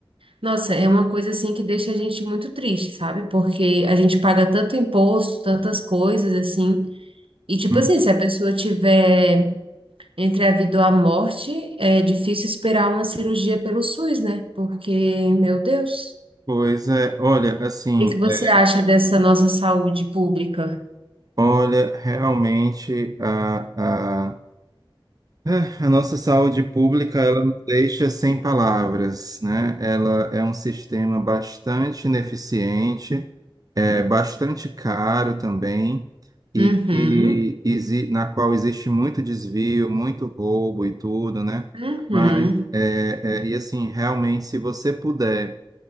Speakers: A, on the right; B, on the right.
A: nossa, é uma coisa assim que deixa a gente muito triste, sabe? Porque a gente paga tanto imposto, tantas coisas assim. E tipo
B: Hum.
A: assim, se a pessoa tiver entre a vida ou a morte, é difícil esperar uma cirurgia pelo SUS, né? Porque, meu Deus,
B: Pois é, olha, assim,
A: o que que você
B: é,
A: acha dessa nossa saúde pública?
B: olha, realmente a É, A nossa saúde pública, ela nos deixa sem palavras, né? Ela é um sistema bastante ineficiente, é bastante caro também, e
A: Uhum,
B: que exi- na qual existe muito desvio, muito roubo e tudo, né?
A: uhum,
B: Mas, é, é, e assim, realmente, se você puder